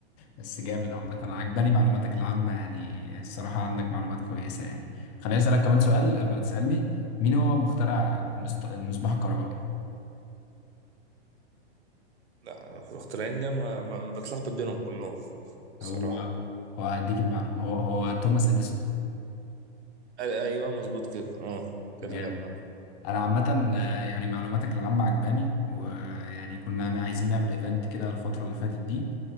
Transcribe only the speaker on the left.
بس جامد عامة أنا عجباني معلوماتك العامة يعني الصراحة عندك معلومات كويسة يعني خليني أسألك كمان سؤال قبل ما تسألني مين هو مخترع المصط- المصباح الكهربائي؟
هو هو هديك المعلومة هو هو توماس إديسون
جامد
انا عامه آه، يعني معلوماتك العامه عجباني ويعني كنا عايزين نعمل ايفنت كده الفتره اللي فاتت دي